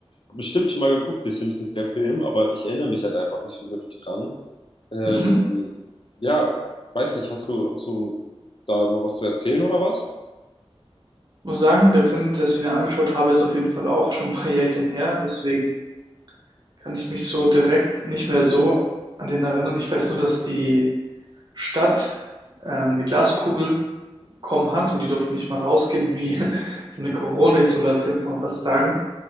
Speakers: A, on the left; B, on the right.
A: bestimmt schon mal geguckt, die Simpsons, der Film, aber ich erinnere mich halt einfach nicht so wirklich dran. Ähm,
B: Mhm.
A: ja, weiß nicht, hast du, hast du da mal was zu erzählen oder was?
B: Muss sagen, der Film, den ich mir angeschaut habe, ist auf jeden Fall auch schon ein paar <laughs> Jährchen her. Deswegen kann ich mich so direkt nicht mehr so an den erinnern. Ich weiß nur, dass die Stadt ähm, eine Glaskugel bekommen hat und die durften nicht mal rausgehen, wie <laughs> so eine Corona-Isolation, kann man fast sagen.